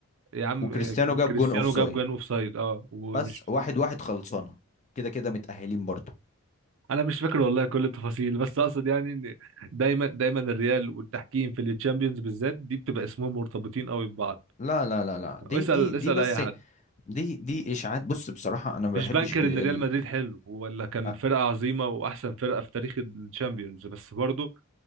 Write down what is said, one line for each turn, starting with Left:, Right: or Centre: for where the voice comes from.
Right: يا عم
Left: وكريستيانو
Right: آه،
Left: جاب
Right: كريستيانو
Left: جون اوف سايد
Right: جاب جون اوف سايد اه ومش
Left: بس واحد واحد خلصانه كده كده متأهلين برضه
Right: انا مش فاكر والله كل التفاصيل بس اقصد يعني ان دايما دايما الريال والتحكيم في الشامبيونز بالذات دي بتبقى اسمهم مرتبطين قوي ببعض
Left: لا لا لا لا دي
Right: واسال
Left: دي دي
Right: اسال
Left: بس
Right: اي حد
Left: دي دي اشاعات بص بصراحة انا ما
Right: مش
Left: بحبش
Right: بنكر
Left: بال...
Right: ان
Left: ال...
Right: ريال مدريد حلو ولا كان
Left: أ-
Right: فرقه عظيمه واحسن فرقه في تاريخ الشامبيونز بس برضه